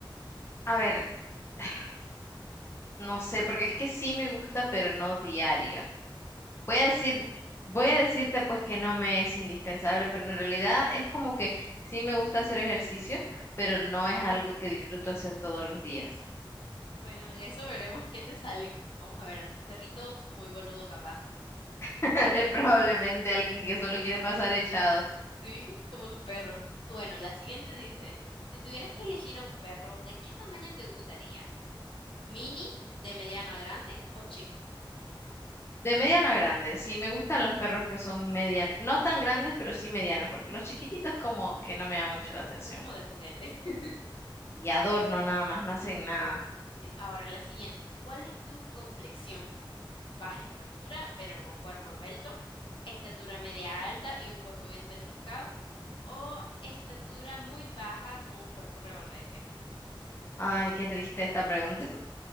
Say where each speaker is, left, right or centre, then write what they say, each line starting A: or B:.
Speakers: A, on the left; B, on the left.
A: a ver, <sighs> no sé, porque es que sí me gusta, pero no diario. Voy a decir, voy a decirte pues que no me es indispensable, pero en realidad es como que sí me gusta hacer ejercicio, pero no es algo que disfruto hacer todos los días.
B: Bueno, en eso veremos qué te sale. Vamos a ver, algún perrito muy boludo capaz.
A: <laughs> Es probablemente alguien que solo quiere pasar echado.
B: Sí, como tu perro. Bueno, la siguiente dice, si tuvieras que elegir a un perro, ¿de qué tamaño te gustaría? ¿Mini, de mediano a grande o chico?
A: De mediano a grande, sí me gustan los perros que son medianos, no tan grandes, pero sí medianos, porque los chiquititos como que no me llaman mucho la atención.
B: Está como de juguete. <laughs>
A: Y adorno nada más, no hacen nada.
B: Sí, ahora la siguiente, ¿cuál es tu complexión? Baja estatura, pero con cuerpo esbelto, estatura media alta y un cuerpo bien tonificado, o estatura muy baja con un cuerpo regordete.
A: Ay, qué triste esta pregunta.